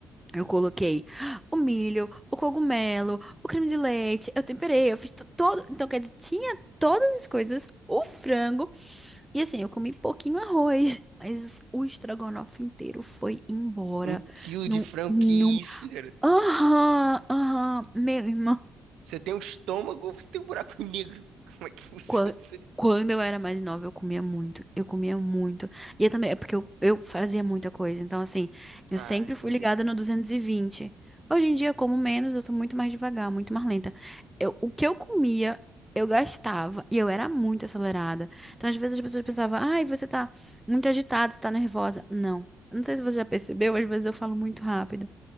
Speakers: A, in the centre; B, on the right.
A: Eu coloquei o milho, o cogumelo, o creme de leite, eu temperei, eu fiz tu- todo. Então, quer dizer, tinha todas as coisas, o frango. E assim, eu comi pouquinho arroz, <laughs> mas o estrogonofe inteiro foi embora.
B: Um quilo
A: Num,
B: de frango,
A: num...
B: que isso, cara?
A: Aham, aham, meu irmão.
B: Você tem um estômago ou você tem um buraco <laughs> negro? Como é que funciona
A: Qua-
B: isso? aí?
A: Quando eu era mais nova, eu comia muito. Eu comia muito. E eu também, é porque eu, eu fazia muita coisa. Então, assim, eu
B: Ah,
A: sempre
B: entendi.
A: fui ligada no duzentos e vinte Hoje em dia, eu como menos, eu sou muito mais devagar, muito mais lenta. Eu, o que eu comia, eu gastava. E eu era muito acelerada. Então, às vezes, as pessoas pensavam, ai, você tá muito agitada, você tá nervosa. Não. Não sei se você já percebeu, às vezes eu falo muito rápido.